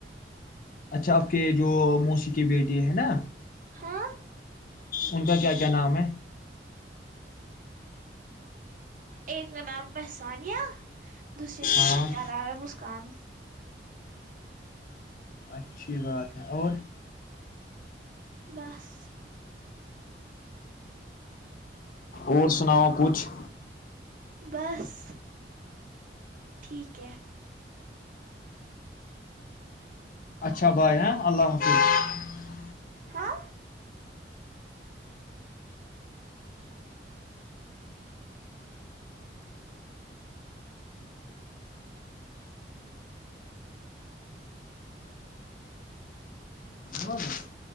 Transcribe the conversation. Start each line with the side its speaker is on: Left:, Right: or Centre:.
Left: اچھا آپ کے جو موسی کی بیٹی ہے نا
Right: ہاں
Left: ان کا کیا کیا نام ہے
Right: ایک ن نام ہے سثانیہ <unintelligible> دوسری
Left: ہاں
Right: آدار م <unintelligible> کام <unintelligible>
Left: اچھی بات ہے اور
Right: بس
Left: اور سناؤ کچھ
Right: بس ٹھیک ہے
Left: اچھا بھائی ہیں اللہ حافظ
Right: ہاں
Left: حافظ